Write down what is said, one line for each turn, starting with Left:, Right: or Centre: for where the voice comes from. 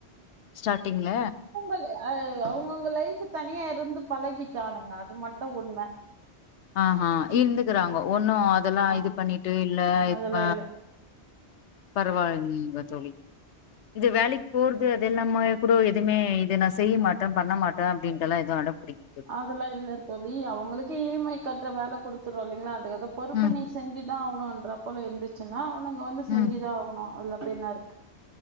Left: ஸ்டார்ட்டிங்ல
Right: அலு அ அவுங்கவுங்க லைஃப்பு தனியா இருந்து பழகிட்டானுங்க அது மட்டும் உண்ம
Left: ஆ ஹா இருந்துக்கறாங்கோ ஒன்னு அதல்லா
Right: ஆ
Left: இது பண்ணிட்டு இல்ல
Right: அதெல்லா
Left: இப்ப
Right: இல்ல
Left: பரவால்லிங்க தோழி இது வேலக்கு போறது அதெல்லாமே கூட எதுவுமே இது நா செய்ய மாட்டே பண்ண மாட்டே அப்டின்டல எதுவு அடம் பிடிக்
Right: அதல்லா இல்ல தோழி அவங்ளுக்கே இ ய மை கற்ற வேல கொடுத்துருவோ இல்லங்களா அதுக்கத் பொறுப்பு
Left: ம்
Right: நீ செஞ்சுதா ஆவ்ணுன்ற போல இருந்துச்சுன்னா அவங்க வந்து செஞ்சுதா
Left: ம்
Right: ஆவ்ணு அதுல பேய்ன்னாருக்